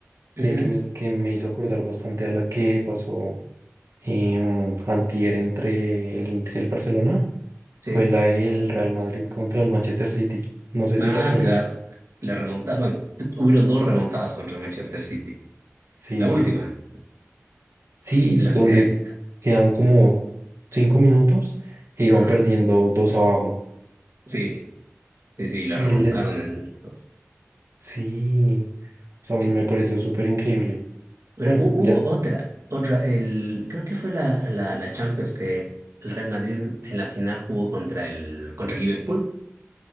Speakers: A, on the right; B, on the right.
A: ujú,
B: que, que, me, que me hizo acordar bastante a la que pasó en antier entre el Inter y el Barcelona,
A: sí.
B: fue la del Real Madrid contra el Manchester City. No sé
A: Ah,
B: si te acuerdas,
A: claro, la remontada, bueno, hubieron dos remontadas contra Manchester City.
B: sí.
A: La última,
B: Sí,
A: la
B: donde
A: se,
B: quedan como cinco minutos e iban
A: ajá,
B: perdiendo dos abajo.
A: sí, sí, sí, la
B: Y
A: remontaron
B: les,
A: en dos.
B: sí, o sea, me
A: En-
B: pareció súper increíble.
A: Pero
B: Bueno,
A: hu-
B: ya,
A: hubo otra, otra, el, creo que fue la, la, la Champions que el Real Madrid en la final jugó contra el, contra el Liverpool